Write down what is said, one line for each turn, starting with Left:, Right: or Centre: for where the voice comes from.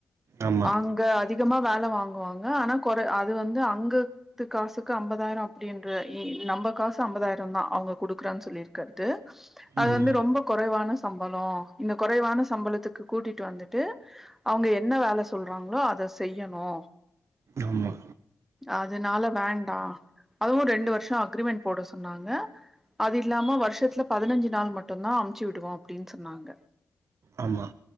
Right: ஆமா
Centre: அங்க அதி கமா வேலை வாங்குவாங்க ஆனா குறை அது வந்து அங்கத்து காசுக்கு அம்பதாயிர அப்படின்ற இ நம்ப காசு அம்பதாயிரந்தா அவங்க குடுக்குறன்னு சொல்லியிருக்கது அது
Right: ம்
Centre: வந்து ரொம்ப குறைவான சம்பள இந்த குறைவான சம்பளத்துக்கு கூட்டிட்டு வந்துட்டு அவங்க என்ன வேலை சொல்றாங்ளோ அ அத செய்யணு
Right: ஆமா
Centre: அதுனால வேண்டா அதுவு ரெண்டு வர்ஷ அக்ரிமென்ட் போட சொ ன்னாங்க அது இல்லாம வருஷத்துல பதினஞ்சு நாள் மட்டுந்தா அம்ச்சி விடுவோ அப்டின்னு சொன்னாங்க
Right: ஆமா